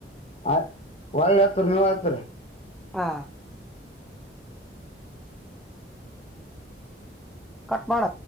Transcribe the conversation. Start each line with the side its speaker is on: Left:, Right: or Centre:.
Left: ಆ ಒಳ್ಳೆ ಅಚ್ಚರಿ ನೀವೇ ಅಚ್ಚರಿ
Centre: ಹಾ ಕಟ್ ಮಾಡ